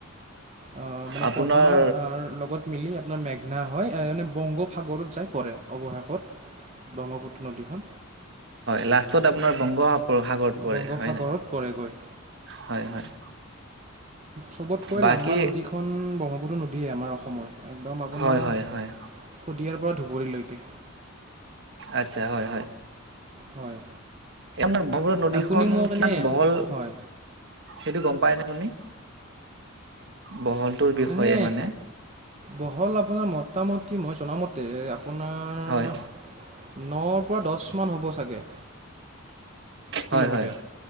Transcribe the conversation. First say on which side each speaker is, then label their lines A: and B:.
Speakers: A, on the right (about 30°); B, on the right (about 55°).
A: অঁ মানে
B: আপোনাৰ
A: পদ্মা লগত মিলি আপোনাৰ মেঘনা হয় মানে বংগোসাগৰত যাই পৰে। অৱশেষত ব্ৰহ্মপুত্ৰ নদীখন
B: লাষ্টত আপোনাৰ বংগ সাগৰত পৰে
A: বংগোপসাগৰত
B: হয় ন
A: পৰেগৈ
B: হয় হয়
A: চবতকৈ
B: বাকী
A: লাম্বা নদীখন ব্ৰহ্মপুত্ৰ নদী আমাৰ অসমৰ একদম আপোনাৰ
B: হয়
A: শদিয়াৰ
B: হয় হয়
A: পৰা ধুবুৰীলৈকে
B: আচ্ছা হয় হয়।
A: হয়।
B: এই আপোনাৰ ব্ৰহ্মপুত্ৰ নদীখন
A: আপুনি মোক এনে
B: কিমান বহল
A: হয়
B: সেইটোও গম পাই নে আপুনি। বহলটোৰ বিষয়ে
A: এনে
B: মানে
A: বহল আপোনাৰ মোটামট মই জনামতে আপোনাৰ
B: হয়
A: ন পৰা দহ কিমান হ'ব চাগে। কিলোমিটাৰ।
B: হয় হয়